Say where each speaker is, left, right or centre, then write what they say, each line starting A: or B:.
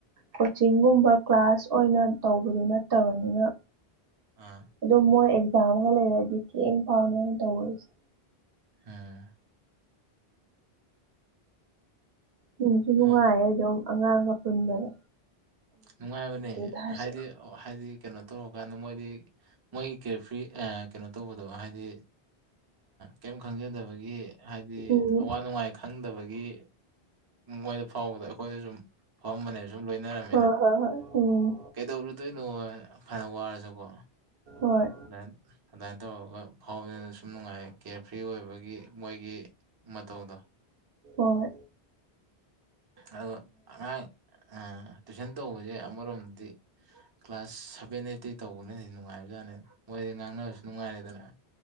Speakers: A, on the right; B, on the right.
A: ꯀꯣꯆꯤꯡꯒꯨꯝꯕ ꯀ꯭ꯂꯥꯁ ꯑꯣꯏꯅ ꯇꯧꯕꯗꯨ ꯅꯠꯇꯕꯅꯤꯅ
B: ꯑꯥ
A: ꯑꯗꯨꯣ ꯃꯣꯏ ꯑꯦꯛꯖꯥꯝꯒ ꯂꯩꯔꯗꯤ ꯊꯦꯡ ꯐꯥꯎꯅ ꯑꯩꯅ ꯇꯧꯔꯤꯁꯦ
B: ꯑꯥ
A: ꯅꯨꯡꯁꯨ ꯅꯨꯡꯉꯥꯏꯌꯦ
B: ꯑꯥ
A: ꯑꯗꯨꯝ ꯑꯉꯥꯡꯒ ꯄꯨꯟꯕꯗ
B: ꯅꯨꯡꯉꯥꯏꯕꯅꯦ
A: ꯇꯥꯔꯁꯨ
B: ꯍꯥꯏꯗꯤ ꯍꯥꯏꯗꯤ ꯀꯩꯅꯣ ꯇꯧꯔꯀꯥꯟꯗ ꯃꯣꯏꯗꯤ ꯃꯣꯏꯒꯤ ꯀꯦꯌꯔ ꯐ꯭ꯔꯤ ꯀꯩꯅꯣ ꯇꯧꯕꯗꯣ ꯍꯥꯏꯗꯤ ꯀꯩꯝ ꯈꯪꯖꯗꯕꯒꯤ ꯍꯥꯏꯗꯤ ꯍꯥꯏꯗꯤ
A: ꯎꯝ
B: ꯑꯋꯥ ꯅꯨꯡꯉꯥꯏ ꯈꯪꯗꯕꯒꯤ ꯃꯣꯏꯗ ꯐꯥꯎꯕꯗ ꯑꯩꯈꯣꯏꯗ ꯁꯨꯝ ꯐꯝꯕꯅꯦꯁꯨ ꯁꯨꯝ ꯂꯣꯏꯅꯔꯝꯃꯤꯅ
A: ꯍꯣꯏ ꯍꯣꯏ ꯍꯣꯏ ꯎꯝ
B: ꯀꯩꯗꯧꯔꯨꯗꯣꯏꯅꯣ ꯐꯅ ꯋꯥꯔꯁꯨꯀꯣ
A: ꯍꯣꯏ
B: ꯑꯗꯨꯃ ꯑꯗꯨꯃꯥꯏꯅ ꯇꯧꯔꯒ ꯐꯥꯎꯕꯅ ꯁꯨꯝ ꯅꯨꯡꯉꯥꯏ ꯀꯦꯌꯔ ꯐ꯭ꯔꯤ ꯑꯣꯏꯕꯒꯤ ꯃꯣꯏꯒꯤ ꯃꯇꯧꯗꯣ
A: ꯑꯣ
B: ꯑ ꯑꯉꯥꯡ ꯇꯨꯏꯁꯟ ꯇꯧꯕꯁꯦ ꯑꯃꯔꯣꯝꯗꯤ ꯀ꯭ꯂꯥꯁ ꯁꯚꯦꯟ ꯑꯩꯠꯇꯇꯩ ꯇꯧꯕꯅꯦꯅꯗꯤ ꯅꯨꯡꯉꯥꯏꯕꯖꯥꯠꯅꯦ ꯃꯣꯏꯗꯤ ꯉꯥꯡꯅꯕꯁꯨ ꯅꯨꯡꯉꯥꯏꯔꯦꯗꯅ